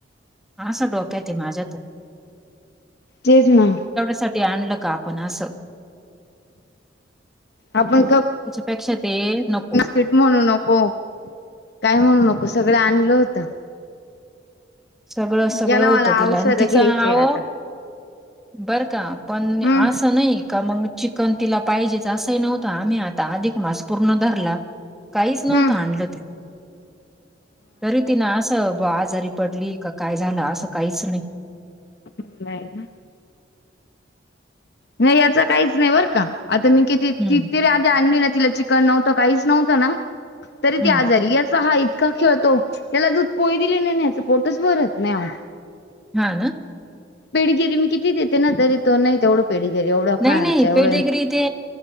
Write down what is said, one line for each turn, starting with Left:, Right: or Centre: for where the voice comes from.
Centre: हा असं डोक्याेत माझ्यात
Left: तेच ना
Centre: सा आणलं का आपण असं
Left: आपण
Centre: त्याच्यापेक्षा ते नको
Left: फिट म्हणू नको काय म्हणू नको सगळं आणलं होतं.
Centre: सगळं सगळं
Left: याला
Centre: होतं
Left: मला
Centre: तिला
Left: औषध
Centre: आणि तिचं
Left: घ्यायचे
Centre: नाव
Left: आता
Centre: बर का पण
Left: हम्म
Centre: असं नाही का मग चिकन तिला पाहिजेच असंही नव्हतं आम्ही आता अधिक मास पूर्ण धरला. काहीच नव्हतं
Left: हम्म
Centre: आणलं तिला. तरी तिन असं बा आजारी पडली की काय झालं असं काहीच नाही.
Left: <unintelligible> नाही याचा काहीच नाही बर का आता मी किती
Centre: हम्म
Left: ति तरी आधी आणली ना तिला च नव्हतं काहीच नव्हतं ना तरी ती
Centre: हम्म
Left: आजारी अस हा का खेळतो त्याला दूध पोई दिले नाहीच पोटच भरत नाही
Centre: हा
Left: पेडगिरी मी किती देते ना तरी तो नाही तेवढं पेळीगिरी एवढं
Centre: नाही
Left: खाण्याच्या
Centre: नाही
Left: एवढं
Centre: पेडेगिरी ते